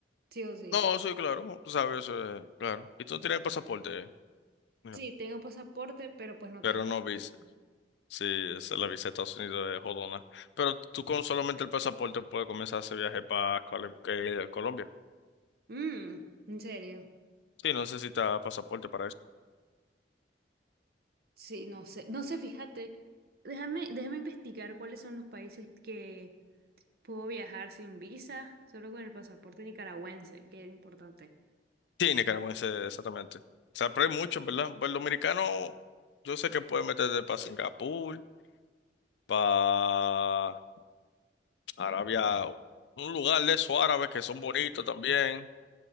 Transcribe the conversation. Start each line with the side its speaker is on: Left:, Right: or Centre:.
Right: sí o sí.
Left: no, sí, claro, tú sabes, eh, claro. Y tú no tienes pasaporte, eh, mira,
Right: Sí, tengo pasaporte, pero pues no
Left: pero
Right: tengo
Left: no vis.
Right: visa.
Left: Sí, esa es la visa de Estados Unidos de jodona. Pero tú con solamente el pasaporte puedes comenzar ese viaje para Colombia.
Right: Mm, ¿en serio?
Left: Sí, no necesitas pasaporte para eso.
Right: Sí, no sé, no sé, fíjate. Déjame, déjame investigar cuáles son los países que puedo viajar sin visa, solo con el pasaporte nicaragüense, que es importante.
Left: Sí, nicaragüense, exactamente. O sea, pero hay muchos, ¿verdad? Pues el dominicano, yo sé que puede meterte para Singapur, para Arabia, un lugar de esos árabes que son bonitos también.